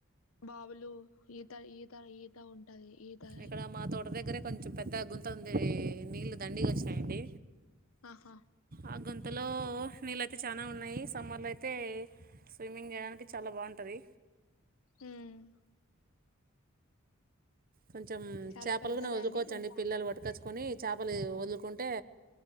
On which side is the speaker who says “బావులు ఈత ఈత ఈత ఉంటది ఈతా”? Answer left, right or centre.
Left